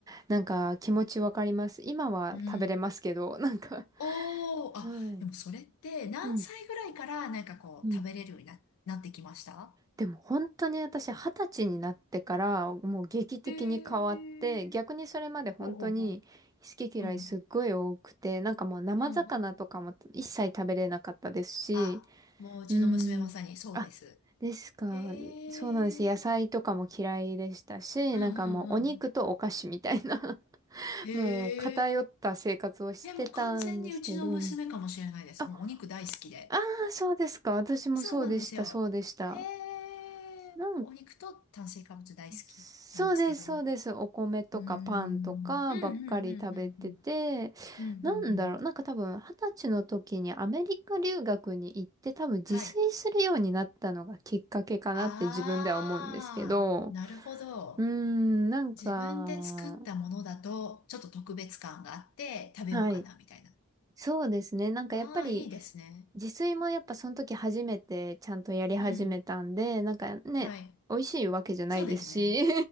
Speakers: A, on the right (about 15°); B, on the left (about 65°).
A: なんか気持ちわかります。今は食べれますけど、
B: ー、うん。
A: なんか。
B: おー、
A: <laughs>
B: あ、
A: はい。
B: でもそれって何歳ぐらいからなんかこう、
A: うん。うん。
B: 食べれるようにな、なってきました
A: でも本当に私二十歳になってからもう劇的に変わって、
B: へー、
A: 逆にそれまで本当に好き嫌いすっごい多くて、
B: ほうほうほう。うん、
A: なんかもう生魚とかも一切食べれなかったですし、
B: うん、うん、あ、もううちの娘まさにそうです。
A: うん。あ、ですか。
B: へえ。
A: そうなんです。野菜とかも嫌いでしたし、
B: うんうんうんうん。
A: なんかもうお肉とお菓子みたいな <laughs>
B: へえ。
A: もう偏った生活をしてたんですけど。
B: え、もう完全にうちの娘かもしれないです。
A: あ、
B: もうお肉大好きで。
A: ああ、そうですか。私もそうでした、
B: そうなんですよ。
A: そうでした。
B: へえ。
A: なんか
B: お肉と炭水化物大好きなんですけど。
A: そうです、そうです。お米とかパンとかばっかり食べてて、
B: うーん。うんうんうんうんうん。うんうんうん。
A: なんだろう、なんか多分二十歳の時にアメリカ留学に行って多分自炊するようになったのがきっかけかなって自分では思うんですけど、
B: はい。ああ、なるほど。
A: うーん、なんか、
B: 自分で作ったものだと、ちょっと特別感があって食べようかな、
A: はい。
B: みたいな。
A: そうですね。なんかやっぱり、
B: ああ、いいですね。
A: 自炊もやっぱその時初めてちゃんとやり始めたんで、
B: うん。
A: なんかね、
B: はい。
A: 美味しいわけじゃないですし
B: そうですね。